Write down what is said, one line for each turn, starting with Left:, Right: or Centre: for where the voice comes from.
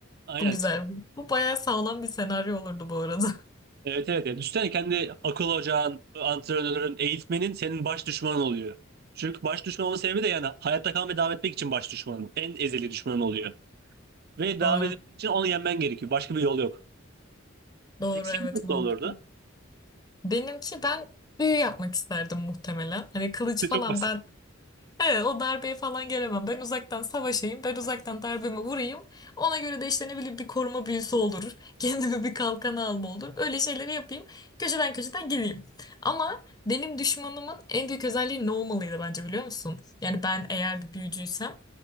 Right: Aynen.
Left: Bu güzel. Bu bayağı sağlam bir senaryo olurdu bu arada.
Right: Evet evet. Yani Düşünsene kendi akıl ocağın, antrenörün, eğitmenin senin baş düşmanın oluyor. Çünkü baş düşman olma sebebi de yani hayatta kalmaya devam etmek için baş düşmanın. En ezeli düşmanın oluyor. Ve devam
Left: <laughs> Doğru.
Right: etmek için onu yenmen gerekiyor. Başka bir yol yok.
Left: Doğru
Right: Peki senin
Left: evet
Right: nasıl
Left: mantıklı.
Right: olurdu?
Left: Benimki ben büyü yapmak isterdim muhtemelen. Hani kılıç
Right: <laughs>
Left: falan
Right: Çok basit.
Left: ben Evet, o darbeye falan gelemem. Ben uzaktan savaşayım, ben uzaktan darbemi vurayım. Ona göre de işte ne bileyim bir koruma büyüsü olur. <laughs> Kendime bir kalkanı alma olur. Öyle şeyleri yapayım. Köşeden köşeden geleyim. Ama benim düşmanımın en büyük özelliği ne olmalıydı bence biliyor musun? Yani ben eğer bir büyücüysem